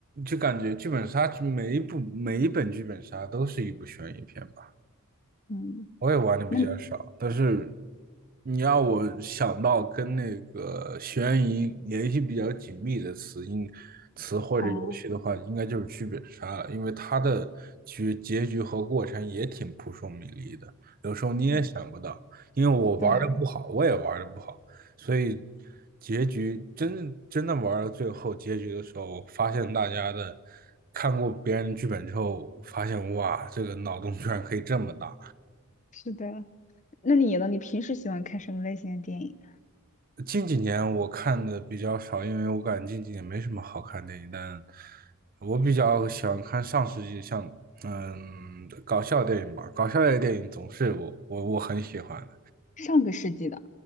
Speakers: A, on the right; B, on the left.
A: 就感觉剧本杀每一部每一本剧本杀都是一部悬疑片吧。
B: 嗯，
A: 我也玩的比较少，
B: 那你
A: 但是你要我想到跟那个悬疑联系比较紧密的词应词或者游戏的话，
B: 啊，
A: 应该就是剧本杀了，因为它的结结局和过程也挺扑朔迷离的，有时候你也想不到，
B: 对
A: 因为我玩的不好，
B: 对，
A: 我也玩的不好，所以结局真正真的玩到最后结局的时候，发现大家的看过别人的剧本之后，发现哇，这个脑洞居然可以这么大。
B: 是的。那你呢？你平时喜欢看什么类型的电影？
A: 近几年我看的比较少，因为我感觉近几年没什么好看电影。但我比较喜欢看上世纪像嗯搞笑电影吧，搞笑类电影总是我我我很喜欢的。
B: 上个世纪的，